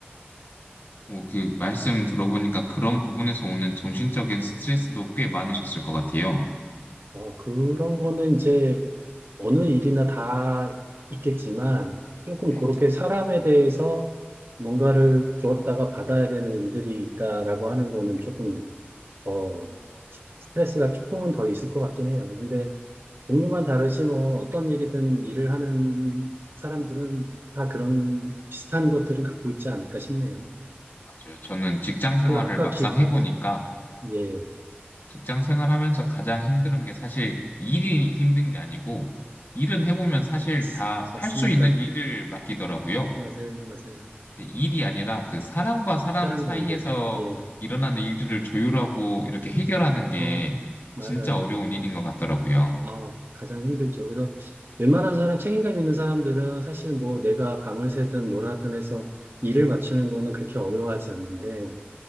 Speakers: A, on the left; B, on the right.
A: 뭐 그 말씀 들어보니까 그런 부분에서 오는 정신적인 스트레스도 꽤 많으셨을 것 같아요.
B: 어, 그런 거는 이제 어느 일이나 다 있겠지만 조금
A: 네,
B: 그렇게 사람에 대해서 뭔가를 주었다가 받아야 되는 일들이 있다라고 하는 거는 조금, 어, 스트레스가 조금은 더 있을 것 같긴 해요. 근데 종류만 다르지 뭐 어떤 일이든 일을 하는 사람들은 다 그런 비슷한 것들은 갖고 있지 않을까 싶네요.
A: 맞아요. 저는 직장 생활을
B: 그 아까
A: 막상
B: 기,
A: 해보니까
B: 어, 예,
A: 직장 생활하면서 가장 힘든 게 사실 일이 힘든 게 아니고 일은 해보면 사실
B: 맞,
A: 다
B: 맞습니다.
A: 할 수 있는 일을 맡기더라고요.
B: 맞아요, 맞아요.
A: 근데 일이 아니라 그 사람과 사람
B: 사람
A: 사이에서
B: 관계, 예.
A: 일어나는 일들을 조율하고 이렇게 해결하는 게
B: 어, 맞아요.
A: 진짜 어려운 일인 것 같더라고요.
B: 어, 가장 힘들죠. 그래서 웬만한 사람, 책임감 있는 사람들은 사실 뭐 내가 밤을 새든 뭘 하든 해서 일을 맞추는 거는 그렇게 어려워하지 않는데,